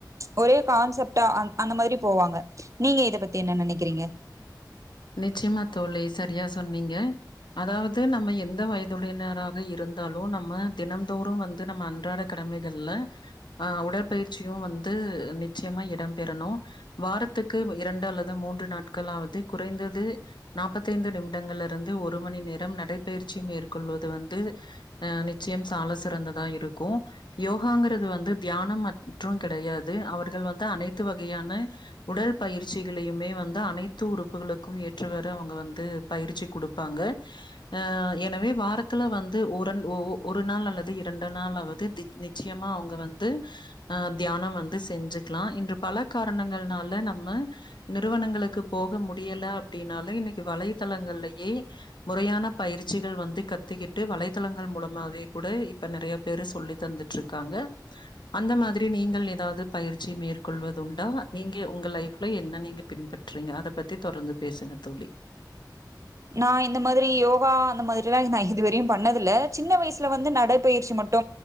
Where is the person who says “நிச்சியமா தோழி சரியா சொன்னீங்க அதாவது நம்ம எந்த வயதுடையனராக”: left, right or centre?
Left